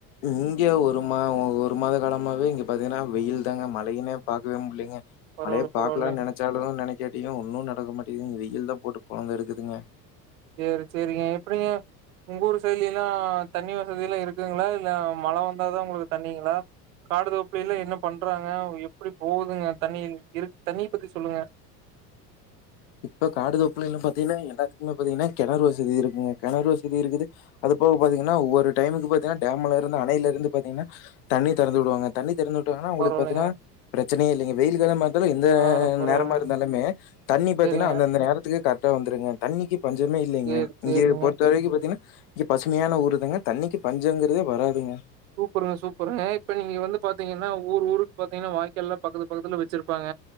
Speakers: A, on the left (about 40°); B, on the right (about 55°).
A: இங்க ஒரு மா ஒரு மாத காலமாவே இங்க பாத்தீங்கன்னா வெயில் தாங்க மழயினே பாக்கவே முல்லங்க
B: பரவால்ல,
A: மலயே பாக்கலான்
B: பரவால்லைங்க.
A: நெனைச்சாலு நெனைக்கேட்டியு ஒன்னு நடக்க <unintelligible> வெயில் தா போட்டு பொலந்தெடுக்குதுங்க
B: சேரி செரிங்க எப்டிங்க உங்க ஊர் செயில்ல எல்லா தண்ணி வசதி எல்லா இருக்குங்களா இல்ல மழ வந்தாதா உங்களுக்கு தண்ணிங்களா காடு தோப்பில எல்லா என்ன பண்றாங்க எப்டி போகுதுங்க தண்ணி இரு தண்ணி பத்தி சொல்லுங்க
A: இப்ப காடு தோப்புலில பாத்தீங்கன்னா எல்லாத்துக்குமே பாத்தீங்கன்னா கெணறு வசதி இருக்குங்க கெணறு வசதி இருக்குது அதுப்போக பாத்தீங்கன்னா ஒவ்வொரு டைமுக்கு பாத்தீங்கன்னா டேம்ல இருந்து அணையில இருந்து பாத்தீங்கன்னா தண்ணி திறந்து விடுவாங்க தண்ணி திறந்து உட்டானா உங்களுக்கு
B: பரவால்லைங்க
A: பாத்தீங்கன்னா பிரச்சனே இல்லைங்க வெயில் கால <unintelligible> எந்த
B: பரவால்ல பரவால்லைங்க
A: நேரமா இருந்தாலுமே <unintelligible> பாத்தீங்கனா
B: சேரிங்க
A: அந்தந்த நேரத்தில் இது கரக்டா வந்துருங்க தண்ணிக்கு பஞ்சமே இல்லேங்க
B: சேரி
A: இங்க
B: சேரிங்க
A: பொறுத்த வரைக்கு பாத்தீங்கன்னா இங்க பசுமையான ஊருதாங்க தண்ணிக்கு பஞ்சங்கிறதே வராதுங்க
B: சூப்பருங்க சூப்பருங்க இப்ப நீங்க வந்து பாத்தீங்கன்னா ஊர் ஊருக்கு பாத்தீங்கன்னா வாய்க்கால் எல்லா பக்கத்து பக்கத்துல வச்சிருப்பாங்க